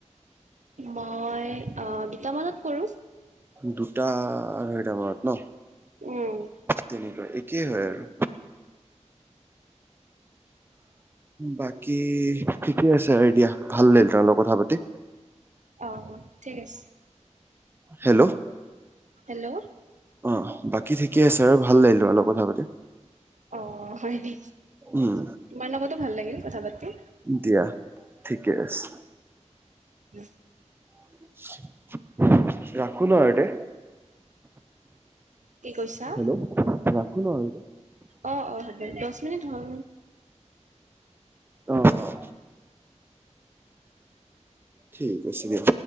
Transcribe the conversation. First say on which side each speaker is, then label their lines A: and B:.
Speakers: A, on the right; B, on the right.
A: মই অহ দুটামানত কৰো।
B: দুটা আঢ়ৈটামানত নহ
A: উম,
B: তেনেকুৱা ই একেই হয় আৰু বাকী ঠিকে আছে, দিয়া ভাল লাগিল তোমাৰ লগত কথা পাতি।
A: অহ ঠিক আছে।
B: হেল্ল'
A: হেল্ল'
B: অহ বাকী ঠিকে আছে আৰু ভাল লাগিল তোমাৰ লগত কথা পাতি
A: অহ হয় নেকি,
B: উম
A: তোমাৰ লগতো ভাল লাগিল কথা পাতি।
B: দিয়া। ঠিকে আছে।
A: উম
B: <unintelligible> ন আৰু তে
A: কি কৈছা
B: হেল্ল' ৰাখো ন আৰু তে
A: অহ অহ হব দহ মিনিট হ'ল।
B: অহ অহ ঠিক আছে দিয়া।